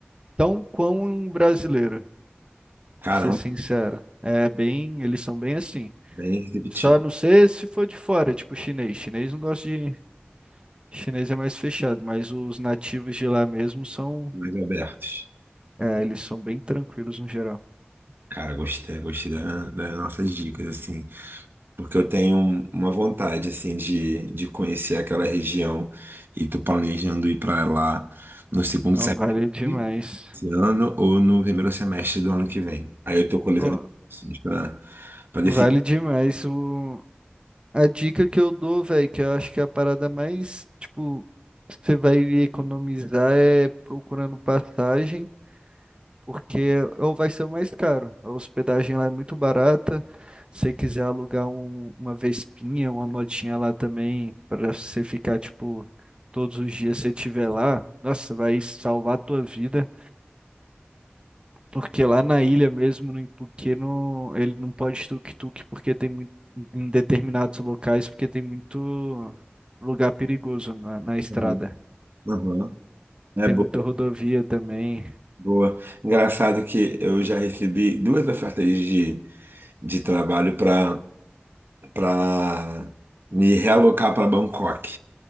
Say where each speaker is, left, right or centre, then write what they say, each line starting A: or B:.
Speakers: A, on the right (about 25°); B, on the right (about 60°).
A: tão quão um brasileiro,
B: Caramba,
A: pra ser sincero. É bem, eles são bem assim.
B: bem receptivo,
A: Só não sei se for de fora, tipo chinês. Chinês não gosta de Chinês é mais fechado, mas os nativos de lá mesmo são,
B: mais abertos.
A: é, eles são bem tranquilos no geral.
B: Cara, gostei, gostei da- das nossas dicas, assim, porque eu tenho um- uma vontade, assim, de, de conhecer aquela região e tô planejando ir para lá no segundo
A: Então
B: semestre
A: vale demais.
B: desse ano ou no primeiro semestre do ano que vem. Aí eu tô coletando
A: Ô,
B: para para
A: vale
B: decidir.
A: demais o a dica que eu dou, velho, que eu acho que é a parada mais, tipo, você vai economizar é procurando passagem. porque ou vai ser o mais caro. A hospedagem lá é muito barata. Se você quiser alugar um- uma Vespinha, uma motinha lá também, para você ficar, tipo, todos os dias você estiver lá, nossa, vai salvar a tua vida. Porque lá na ilha mesmo, no Ipuque, não, ele não pode tuk-tuk, porque tem muito, em determinados locais, porque tem muito lugar perigoso na, na estrada.
B: Aham, aham. É
A: Tem
B: boa,
A: muita rodovia também.
B: boa. Engraçado que eu já recebi duas ofertas de, de trabalho para para me realocar para Bangkok.